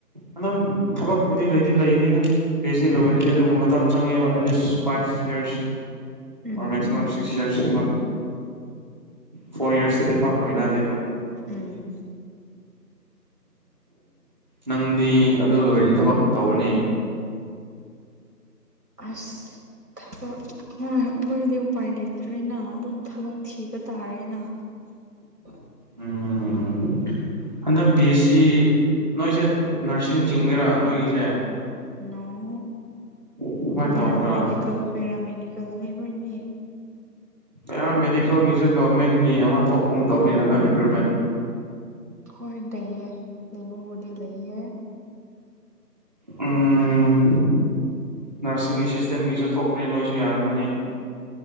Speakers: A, on the right (about 25°); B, on the right (about 70°).
A: ꯎ <inaudible> ꯑꯗꯨꯝ ꯊꯕꯛꯄꯨꯗꯤ ꯂꯩꯗꯤ ꯂꯩꯕꯅꯤꯅ ꯄꯤ ꯑꯩꯆ ꯗꯤ ꯂꯣꯏꯔꯗꯤ ꯑꯗꯨꯕꯨ ꯃꯇꯝ ꯆꯪꯉꯦꯕ at least five years
B: um
A: or maximum six ꯏꯌꯥꯔꯁꯀꯨꯝꯕ ꯐꯣꯔ ꯌꯔꯁꯇꯗꯤ ꯄꯥꯛ ꯂꯣꯏꯅꯥꯗꯦꯕ
B: ꯎꯝ
A: ꯅꯪꯗꯤ ꯑꯗꯨ ꯂꯣꯏꯔꯗꯤ ꯊꯕꯛ ꯇꯧꯒꯥꯅꯦ
B: ꯑꯁ ꯊꯕꯛ ꯍꯣꯏ ꯑꯩꯈꯣꯏꯒꯤꯗꯤ ꯎꯄꯥꯏ ꯂꯩꯇ꯭ꯔꯔꯤꯅ ꯑꯗꯨꯝ ꯊꯕꯛ ꯊꯤꯕ ꯇꯥꯔꯦꯅ ꯍ <inaudible>
A: ꯎꯝ
B: <unintelligible> <inaudible>
A: ꯍꯟꯗꯛ ꯕꯤ ꯑꯦꯁ ꯁꯤ ꯅꯣꯏꯁꯦ ꯅꯔꯁꯤꯡ ꯆꯤꯡꯒꯦꯔꯥ ꯅꯣꯏꯒꯤꯁꯦ
B: ꯎ
A: ꯀꯃꯥꯏꯅ
B: ꯄꯦꯔꯥꯃꯦꯦꯗꯤꯀꯦꯜ
A: ꯇꯧꯕ꯭ꯔꯥ
B: ꯄꯦꯔꯥꯃꯦꯦꯗꯤꯀꯦꯜꯅꯦ ꯍꯣꯏꯒꯤ
A: ꯌꯥꯝ ꯃꯦꯗꯤꯀꯦꯜꯒꯤꯁꯨ ꯒꯚꯔꯃꯦꯟꯒꯤ ꯑꯃ ꯊꯣꯛꯄꯨꯝ ꯇꯧꯅꯤꯅ ꯔꯤꯀ꯭ꯔꯨꯏꯠꯃꯦꯟ
B: ꯍꯣꯏ ꯂꯩꯌꯦ ꯂꯩꯕꯕꯨꯗꯤ ꯂꯩꯌꯦ
A: ꯎꯝ ꯅꯔꯁꯤꯡ ꯑꯦꯁꯤꯁꯇꯦꯟꯒꯤꯁꯨ ꯊꯣꯛꯄꯅꯦ ꯅꯣꯏꯁꯨ ꯌꯥꯔꯝꯒꯅꯤ